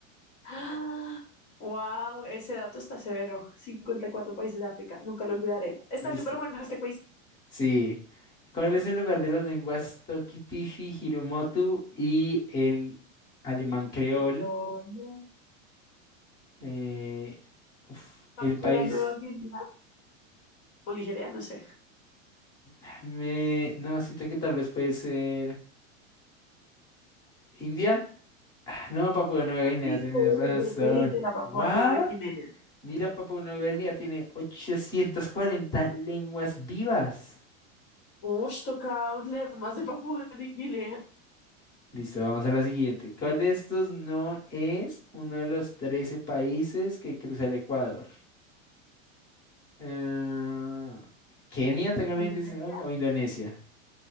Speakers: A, on the left (about 55°); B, on the left (about 30°).
A: ¡Ah! Wow, ese dato está severo. 54 países de África, nunca lo olvidaré. Está
B: Listo.
A: súper bueno este quiz.
B: Sí. ¿Cuál es el lugar de las lenguas Toki-Pishi, Hiromotu y el alemán creol?
A: ¿Dónde?
B: Eh, uf,
A: Papúa
B: el país...
A: Nueva Guinea o Nigeria, no sé.
B: ah, Me... No, siento que tal vez puede ser... ¿India? Ah, No, Papua Nueva Guinea
A: Sí,
B: tiene
A: te dije,
B: razón.
A: te dije que era Papúa
B: ¿What?
A: Nueva Guinea.
B: Mira, Papua Nueva Guinea tiene 840 lenguas vivas.
A: Uy, toca leer más de Papúa Nueva Guinea.
B: Listo, vamos a la siguiente. ¿Cuál de estos no es uno de los 13 países que cruza el Ecuador? Eh, Kenia, tengo la
A: ¿Indonesia?
B: intención o Indonesia.